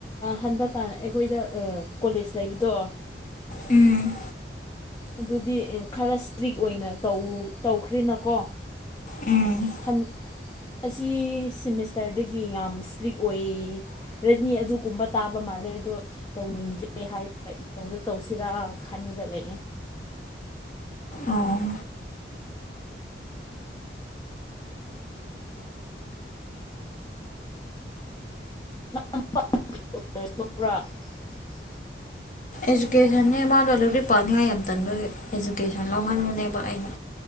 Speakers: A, on the left; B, on the left.
A: ꯍꯟꯗꯛ ꯀ ꯑꯩꯈꯣꯏꯗ ꯑ ꯀꯣꯂꯦꯖ ꯂꯩꯕꯗꯣ
B: ꯎꯝ
A: ꯑꯗꯨꯗꯤ ꯈꯔ ꯏꯁꯇ꯭ꯔꯤꯛ ꯑꯣꯏꯅ ꯇꯧ ꯇꯧꯈ꯭ꯔꯦꯅꯀꯣ
B: ꯎꯝ
A: ꯍꯟ ꯑꯁꯤ ꯁꯦꯃꯤꯁꯇꯔꯗꯒꯤ ꯌꯥꯝ ꯏꯁꯇ꯭ꯔꯤꯛ ꯑꯣꯏꯌꯦꯌꯦ ꯔꯦꯠꯅꯤ ꯑꯗꯨꯒꯨꯝꯕ ꯇꯥꯕ ꯃꯥꯜꯂꯦ ꯑꯗꯣ ꯇꯧꯅꯤꯡꯗ꯭ꯔꯦ ꯍꯥꯏꯔ ꯏꯛꯅꯧꯗ ꯇꯧꯁꯤꯔꯥ ꯈꯜꯂꯒ ꯂꯩꯑꯦ
B: ꯑꯣ
A: <unintelligible>
B: ꯏꯖꯨꯀꯦꯁꯟꯅꯦ ꯃꯥꯗꯣ ꯂꯥꯏꯔꯤꯛ ꯄꯥꯅꯤꯡꯉꯥꯏ ꯌꯥꯝ ꯇꯟꯕꯒꯤ ꯏꯖꯨꯀꯦꯁꯟ ꯂꯧꯍꯟꯕꯅꯦꯕ ꯑꯩꯅ